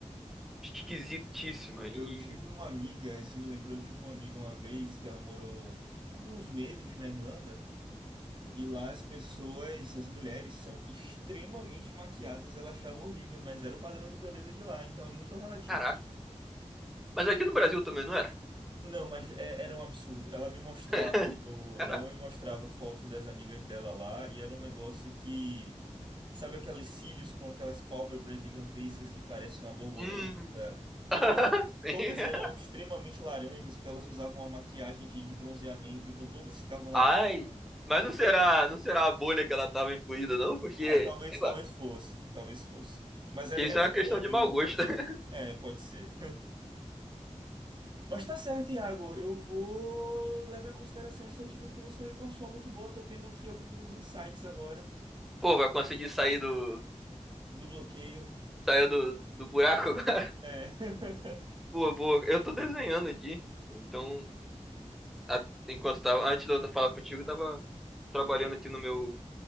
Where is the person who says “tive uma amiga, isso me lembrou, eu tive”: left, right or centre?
Right